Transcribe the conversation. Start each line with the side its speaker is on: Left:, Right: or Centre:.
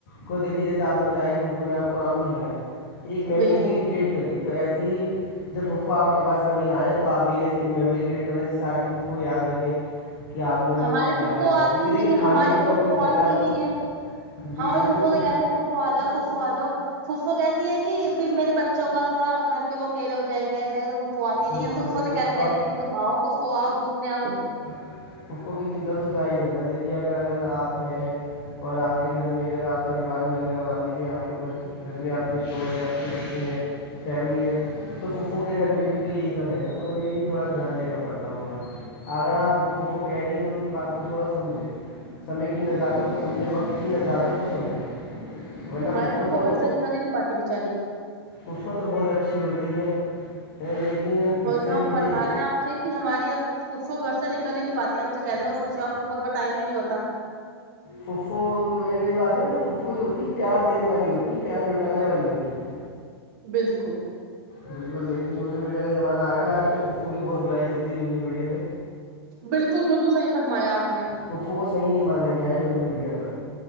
Left: کو دیکھیے جیسے آپ نے بتایا کہ پھپو نے آپ کو آم کھیلائے ایک میموری
Right: بالکل
Left: ریکرییٹ کری تو ایسے ہی جب پھپپو آپ کے پاس کبھی آے توآ پ بھی ایک ایسی میموری کریٹ کرنا جس سے آگے پھپپو یاد رکھیں کہ آپ نے انہیں
Right: ہماری
Left: کچھ کھلایا
Right: پھپپو
Left: تھا
Right: آتی
Left: کیونکہ دیکھیے
Right: نہیں
Left: کھانے
Right: ہے ہماری
Left: کا ٹاپک
Right: پھپپو
Left: چل
Right: آتی
Left: رہا تو
Right: نہیں ہے
Left: جی
Right: ہاں بھی
Left: بالکل
Right: پھپپو
Left: پھوپھو
Right: سے کہتے پھپپو آ جاؤ پھپپو آ جاؤ پھپپو کہتی ہے کی پھر میرے بچوں کا تھوڑا گھر پہ وہ آکیلے ہو جائیں گے ایسے پھپپو آتی
Left: بالکل
Right: نہیں ہم تو پھپپو
Left: دیکھو
Right: سے کہتے
Left: پھوپھا
Right: رہتے ہیں تم آؤ پھپپو آؤ گھومنے آؤ
Left: پھپپو کی چنتا تو جائز ہے نا دیکھیے اگر اگر آپ ہیں اور آپ کے گھر میں اگر آپ پریوار میں اگر مان لیجیے آپ کے گھر میں اپنے شوہر ہیں آپ کے بچے ہیں فیملی ہے تو پھپپو کے گھر میں بھی تو یہی سب ہے نا تو انہیں بھی تھوڑا دھیان دینا پڑتا ہوگا اگر آپ وہ پھوپھو کہہ رہی ہیں تو ان کی بات کو تھوڑا سمجھیں سمے کی نزاکت کو سمجھیں وقت کی نزاکت کو سمجھیں ورنہ
Right: ہمارے
Left: پھوپھو تو
Right: گھر سے نکل ہی نہیں پاتی بیچاری
Left: پھوپھو تو بہت اچھی ہوتی ہیں لیکن
Right: وہی
Left: اس سے
Right: تو ہم
Left: مجھے
Right: فرما رہے ہیں آپ سے کہ ہماری اب پھو پھو گھر سے نکل ہی نہیں پاتی ہم تو کہتے پھوپھو کے پاس ٹائم ہی نہیں ہوتا
Left: پھوپھو وہی والی بات ہے نا پھو پھو جو ہوتی ہیں پیار دینے والی ہوتی ہیں پیار لٹانے والی ہوتی ہیں
Right: بالکل
Left: بالکل لیکن سوشل میڈیا کا زمانہ آ گیا آج کل پھپھو کی بہت برائی چلتی ہے سوشل میڈیا پہ
Right: بالکل بالکل صحیح فرمایا آپ نے
Left: پھوپھو کو صحیح نہیں مانا گیا ہے سوشل میڈیا پر